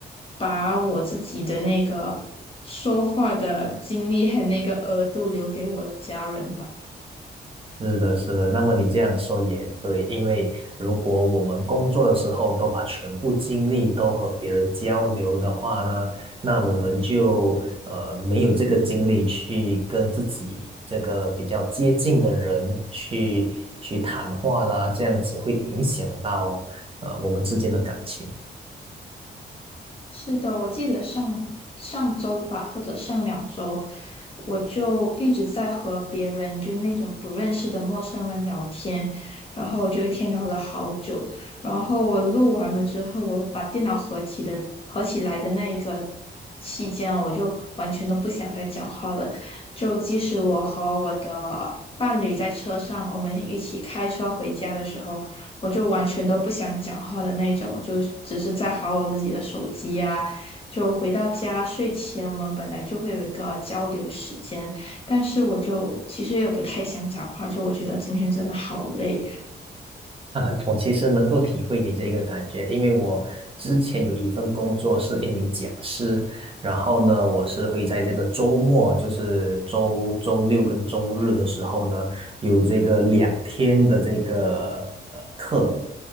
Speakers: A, on the left; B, on the right.
A: 把我自己的那个说话的精力和那个额度留给我的家人吧。
B: 是的，是的。那么你这样说也对，因为如果我们工作的时候都把全部精力都和别人交流的话呢，那我们就呃没有这个精力去跟自己这个比较接近的人去去谈话啦，这样子会影响到呃我们之间的感情。
A: 是的，我记得上上周吧，或者上两周，我就一直在和别人，就是那种不认识的陌生人聊天，然后就一天聊了好久，然后我录完了之后，我把电脑合起的合起来的那一个期间，我就完全都不想再讲话了，就即使我和我的伴侣在车上，我们一起开车回家的时候。我就完全都不想讲话的那种，我就只是在划我自己的手机啊。就回到家睡前，我们本来就会有一个交流时间，但是我就其实也不太想讲话，就我觉得今天真的好累，
B: 啊，我其实能够体会你这个感觉，因为我之前有一份工作是一名讲师，然后呢，我是会在这个周末，就是周周六跟周日的时候呢，有这个两天的这个呃课，